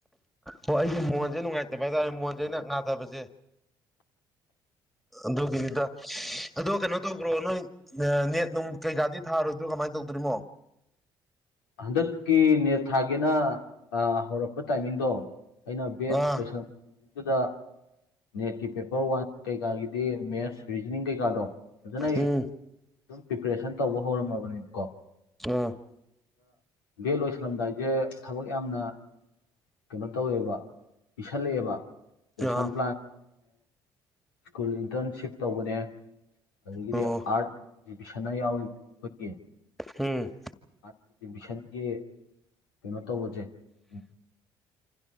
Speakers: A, in the centre; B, on the left.
A: ꯑꯣ ꯑꯩꯒꯤ ꯃꯣꯟꯁꯦ ꯅꯨꯡꯉꯥꯏꯇꯕ ꯍꯥꯏꯇꯥꯔꯦ ꯃꯣꯟꯁꯦ ꯑꯩꯅ ꯅꯥꯗꯕꯁꯦ ꯑꯗꯨꯒꯤꯅꯤꯗ ꯑꯗ ꯀꯩꯅꯣ ꯇꯧꯕ꯭ꯔꯣ ꯅꯣꯏ ꯅꯦꯠ ꯅꯨꯡ ꯀꯩꯀꯥꯗꯤ ꯊꯥꯔꯣꯏꯗ꯭ꯔꯣ ꯀꯃꯥꯏꯅ ꯇꯧꯗꯣꯔꯤꯃꯣ
B: ꯍꯟꯗꯛꯀꯤ ꯅꯦꯠ ꯊꯥꯒꯤꯅ ꯍꯧꯔꯛꯄ ꯇꯥꯏꯃꯤꯡꯗꯣ ꯑꯩꯅ ꯕꯦꯠ
A: ꯑꯥ
B: ꯂꯣꯏꯁꯟꯕ ꯃꯇꯝꯗꯨꯗ ꯅꯦꯠꯀꯤ ꯄꯦꯄꯔ ꯋꯥꯟ ꯀꯩꯀꯥꯒꯤꯗꯤ ꯃꯦꯠꯁ ꯔꯤꯖꯅꯤꯡ ꯀꯩꯀꯥꯗꯣ ꯐꯖꯅ ꯑꯩ
A: ꯎꯝ
B: ꯑꯗꯨꯝ ꯄ꯭ꯔꯤꯄꯦꯔꯦꯁꯟ ꯇꯧꯕ ꯍꯧꯔꯝꯃꯕꯅꯦꯕ ꯀꯣ
A: ꯑꯥ
B: ꯂꯚꯦꯜ ꯂꯣꯏꯁꯜꯂꯝꯗꯥꯏꯁꯦ ꯊꯕꯛ ꯌꯥꯝꯅ ꯀꯩꯅꯣ ꯇꯧꯋꯦꯕ ꯄꯤꯁꯜꯂꯛꯑꯦꯕ ꯔꯦꯁꯟ
A: ꯑꯥ
B: ꯄ꯭ꯂꯥꯟ ꯁ꯭ꯀꯨꯜ ꯏꯟꯇꯔꯟꯁꯤꯞ ꯇꯧꯕꯅꯦ ꯑꯗꯒꯤꯗꯤ
A: ꯑꯣ
B: ꯑꯥꯔꯠ ꯑꯦꯛꯖꯤꯕꯤꯁꯟꯅ ꯌꯥꯎꯔꯤꯕꯕꯨꯣ ꯑꯩꯈꯣꯏꯒꯤ
A: ꯎꯝ
B: ꯑꯦꯛꯃꯤꯁꯟꯒꯤ ꯀꯩꯅꯣ ꯇꯧꯕꯁꯦ ꯎꯝ